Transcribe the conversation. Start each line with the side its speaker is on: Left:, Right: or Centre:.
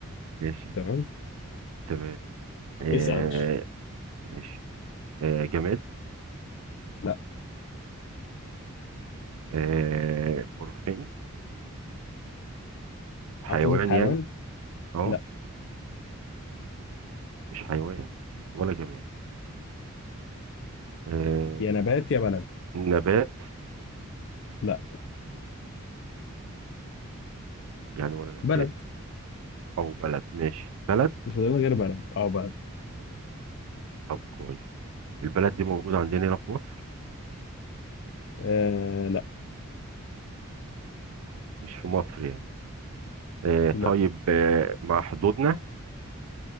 Right: ماشي
Left: تمام
Right: تمام آه،
Left: اسأل يا باشا
Right: ماشي آه جماد
Left: لا
Right: آه برمائي حيوان
Left: هتقصد حيوان
Right: يعني اه
Left: لا
Right: مش حيوان ولا جماد آه
Left: يا نبات يا بلد
Right: نبات
Left: لا
Right: يعني ولا نبات
Left: بلد
Right: او بلد ماشي بلد
Left: مش فاضل غير بلد اه بلد
Right: طب كويس البلد دي موجودة عندنا هنا في مصر
Left: آه لا
Right: مش في مصر يعني آه
Left: لا
Right: طيب آه مع حدودنا